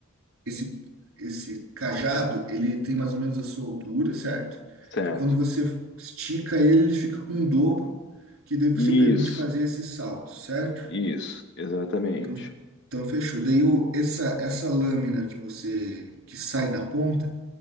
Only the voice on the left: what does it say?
certo.
Isso,
isso, exatamente.